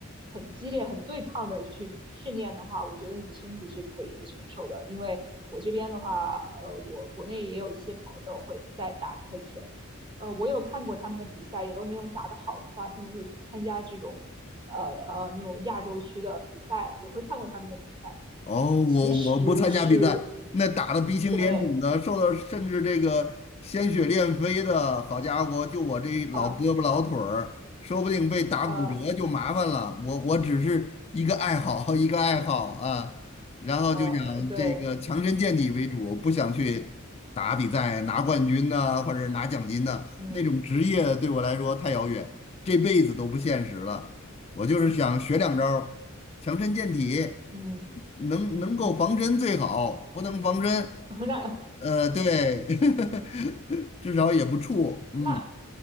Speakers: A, on the right; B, on the left.
A: 很激烈、很对抗的去训练的话，我觉得你的身体是可以承受的。因为我这边的话，呃，我国内也有一些朋友会在打泰拳。呃，我有看过他们的比赛，有那种打得好的话，他们会参加这种呃呃那种亚洲区的比赛，我会看过他们的比赛。
B: 哦，
A: 呃，
B: 我我不参加比赛，
A: 其实是
B: 那打的鼻青脸肿的，
A: 对，
B: 受到甚至这个鲜血练飞的，好家伙，就我这老胳膊老腿儿，
A: 呃
B: 说不定被打骨折就麻烦了。
A: 呃
B: 我我只是一个爱好，<laughs> 一个爱好啊，然后就想这个强身健体为主，
A: 呃，对，
B: 不想去打比赛拿冠军呐、或者拿奖金呐、
A: 嗯
B: 那种职业对我来说太遥远，这辈子都不现实了。我就是想学两招儿强身健体。
A: 嗯
B: 能能够防身最好，
A: 嗯，
B: 不能防身，
A: <laughs> 那
B: 呃，对，<laughs> 至少也不怵。嗯，
A: 那